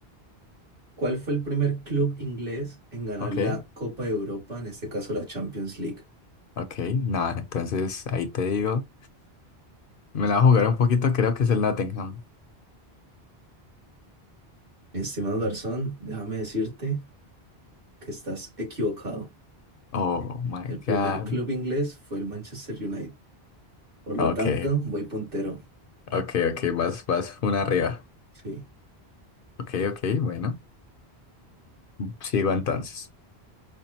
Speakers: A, on the right; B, on the left.
A: ¿Cuál fue el primer club inglés en ganar
B: Ok,
A: la Copa de Europa? En este caso, la Champions League.
B: ok, nada, entonces ahí te digo. Me la voy a jugar un poquito, creo que es el Nottingham.
A: Estimado Garzón, déjame decirte que estás equivocado.
B: Oh my
A: El primer
B: God.
A: club inglés fue el Manchester United. Por
B: Ok,
A: lo tanto, voy puntero.
B: ok, ok, vas, vas una arriba.
A: Sí,
B: Ok, ok, bueno, sigo entonces.